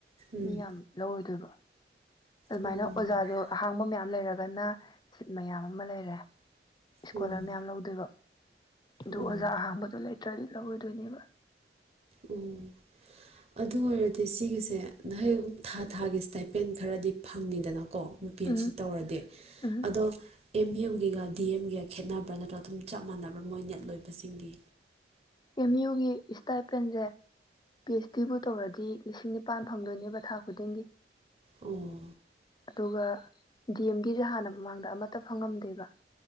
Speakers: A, on the right (about 35°); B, on the left (about 25°).
A: ꯎꯝ
B: ꯃꯤ ꯌꯥꯝ ꯂꯧꯔꯣꯏꯗꯣꯏꯕ ꯑꯗꯨꯃꯥꯏꯅ
A: ꯎꯝ
B: ꯑꯣꯖꯥꯗꯣ
A: ꯑꯗꯨꯃꯥꯏꯅ
B: ꯑꯍꯥꯡꯕ ꯃꯌꯥꯝ ꯂꯩꯔꯒꯅ ꯁꯤꯠ ꯃꯌꯥꯝ ꯑꯃ ꯂꯩꯔꯦ ꯏꯁꯀꯣꯂꯔ
A: ꯎꯝ
B: ꯃꯌꯥꯝ ꯂꯧꯗꯣꯏꯕ ꯑꯗꯨ
A: ꯎꯝ
B: ꯑꯣꯖꯥ ꯑꯍꯥꯡꯕꯗꯨ ꯂꯩꯇ꯭ꯔꯗꯤ ꯂꯧꯔꯣꯏꯗꯣꯏꯅꯦꯕ
A: ꯎꯝ ꯑꯗꯨ ꯑꯣꯏꯔꯗꯤ ꯁꯤꯒꯤꯁꯦ ꯅꯍꯩꯕꯨꯛ ꯊꯥ ꯊꯥꯒꯤ ꯁ꯭ꯇꯥꯏꯄꯦꯟ ꯈꯔꯗꯤ ꯐꯪꯉꯤꯗꯅ ꯀꯣ ꯅꯨꯄꯤꯑꯦꯁꯤ
B: ꯎꯝ
A: ꯇꯧꯔꯗꯤ
B: ꯎꯝ
A: ꯑꯗꯣ ꯑꯦꯝ ꯕꯤ ꯌꯦꯝꯒꯤꯒ ꯗꯤ ꯑꯦꯝꯒꯤꯒ ꯈꯦꯠꯅꯕ꯭ꯔꯥ ꯅꯠꯇ꯭ꯔꯒ ꯑꯗꯨꯝ ꯆꯞ ꯃꯥꯟꯅꯕ꯭ꯔꯥ ꯃꯣꯏ ꯅꯦꯠ ꯂꯣꯏꯕꯁꯤꯡꯒꯤ
B: ꯑꯦꯝ ꯌꯨꯒꯤ ꯏꯁꯇꯥꯏꯄꯦꯟꯖꯦ ꯄꯤ ꯑꯩꯆ ꯗꯤꯕꯨ ꯇꯧꯔꯗꯤ ꯂꯤꯁꯤꯡꯅꯤꯞ ꯄꯥꯟ ꯐꯪꯗꯣꯏꯅꯦꯕ ꯊꯥ ꯈꯨꯗꯤꯡꯒꯤ
A: ꯑꯣ
B: ꯑꯗꯨꯒ ꯗꯤ ꯑꯦꯝꯒꯤꯖꯦ ꯍꯥꯟꯅ ꯃꯃꯥꯡꯗ ꯑꯃꯠꯇ ꯐꯪꯉꯝꯗꯦꯕ